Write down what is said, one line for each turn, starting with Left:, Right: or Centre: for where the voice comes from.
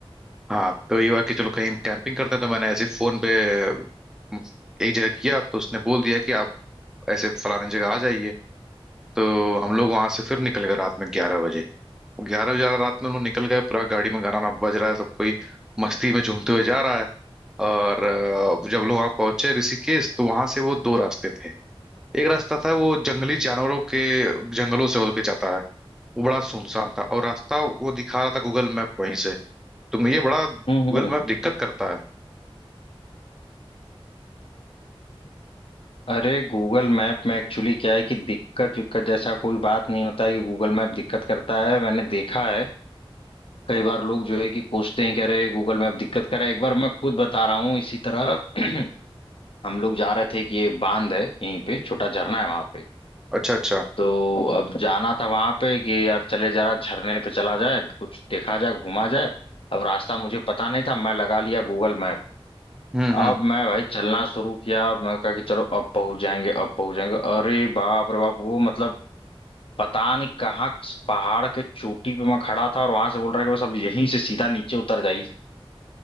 Centre: हाँ तो ये हुआ कि चलो कहीं कैंपिंग करते हैं तो मैंने ऐसे ही फोन पे अम, एक जगह किया तो उसने बोल दिया कि आप ऐसे फलाने जगह आ जाइए तो हम लोग वहां से फिर निकल गए रात में ग्यारह बजे ग्यारह बजे रात में हम लोग निकल गए पूरा गाड़ी में गाना वाना बज रहा है सब कोई मस्ती में झूमते हुए जा रहा है और अ, जब लोग वहां पहुंचे ऋषिकेश तो वहां से वो दो रास्ते थे एक रास्ता था वो जंगली जानवरों के जंगलों से होके जाता है वो बड़ा सुनसान था और रास्ता वो दिखा रहा था गूगल मैप वहीं से तुम ये बड़ा गूगल
Left: हम्म हम्म
Centre: मैप दिक्कत करता है
Left: अरे गूगल मैप में एक्चुअली क्या है कि दिक्कत विक्कत जैसा कोई बात नहीं होता है कि गूगल मैप दिक्कत करता है मैंने देखा है कई बार लोग जो है कि कोसते हैं कह रहे गूगल मैप दिक्कत कर रहा है एक बार मैं खुद बता रहा हूँ इसी तरह <clears throat> हम लोग जा रहे थे कि ये बांध है यहीं पे छोटा झरना है वहां पे
Centre: अच्छा अच्छा
Left: तो अब जाना था वहां पे कि यार चले जरा झरने पे चला जाए कुछ देखा जाए घूमा जाए अब रास्ता मुझे पता नहीं था मैं लगा लिया गूगल मैप
Centre: हम्म हम्म
Left: अब मैं भाई चलना शुरू किया मैं कहा कि चलो अब पहुंच जाएंगे अब पहुंच जाएंगे अरे बाप रे बाप वो मतलब पता नहीं कहाँ किस पहाड़ के चोटी पे मैं खड़ा था और वहां से बोल रहा है कि बस अब यहीं से सीधा नीचे उतर जाइए